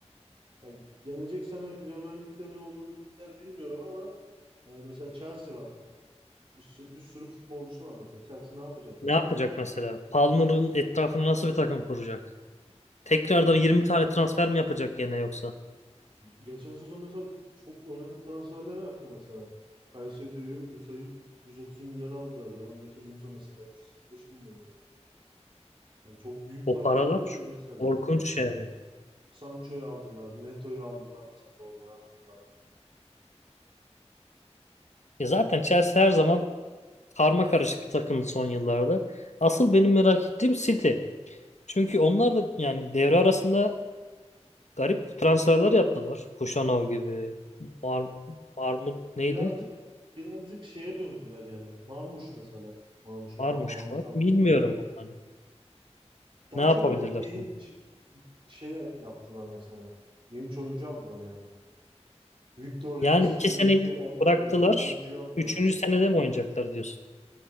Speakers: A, on the right; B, on the left.
A: Yani gelecek sene Premier Lig'de ne olur ne biter bilmiyorum ama ee, mesela Chelsea var. Bir sürü, bir sürü futbolcusu var mesela. Chelsea ne yapacak mesela?
B: Ne yapacak mesela? Palmer'ın etrafını nasıl bir takım kuracak? Tekrardan
A: Yani
B: 20 tane transfer mi yapacak gene yoksa?
A: geçen sezon mesela çok önemli transferler yaptı mesela. Caicedo'yu mesela 130 milyon aldılar. Yanındaki Enzo mesela 125 milyon euro. Yani çok büyük
B: O
A: paralar
B: paralar
A: dönüyor
B: şu-
A: mesela.
B: korkunç yani.
A: Sancho'yu aldılar, Neto'yu aldılar mesela Wolverhampton'dan.
B: Ya zaten Chelsea her zaman karma karışık bir takımdı son yıllarda. Asıl benim merak ettiğim City. Çünkü onlar da yani devre arasında garip transferler yaptılar. Kuşanov gibi. Ar Armut neydi?
A: Birazcık birazcık şeye döndüler yani. Marmuş mesela. Marmuş, Omar
B: Varmış
A: Marmuş
B: var.
A: aldı.
B: Bilmiyorum hani.
A: Daha
B: Ne yapabilirler
A: çok böyle genç
B: seni?
A: şey yaptılar mesela. Genç oyuncu aldılar yani. Victor Reis
B: Yani iki
A: gibi
B: seneyi
A: bir şey al-
B: bıraktılar.
A: e, oyuncuyu aldılar
B: Üçüncü
A: mesela.
B: senede mi oynayacaklar diyorsun?